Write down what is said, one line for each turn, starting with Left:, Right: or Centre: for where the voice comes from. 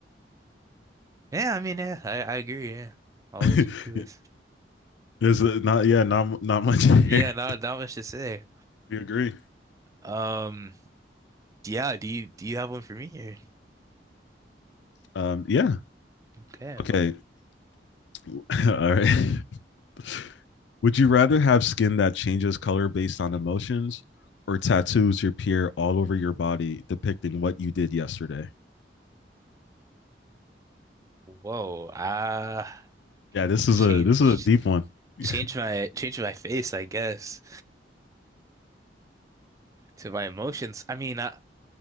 Right: Yeah, I mean, yeah, I, I agree. Yeah, always
Left: <laughs>
Right: be clueless.
Left: There's uh, not yeah, not not much here.
Right: Yeah, not not much to say.
Left: We agree.
Right: Um, yeah. Do you do you have one for me here?
Left: Um, yeah.
Right: Okay.
Left: Okay. <laughs> All right. <laughs> Would you rather have skin that changes color based on emotions or tattoos your peer all over your body depicting what you did yesterday?
Right: Whoa. Uh
Left: Yeah, this is
Right: change
Left: a this is a deep one. <laughs>
Right: change my change my face, I guess, to my emotions. I mean, I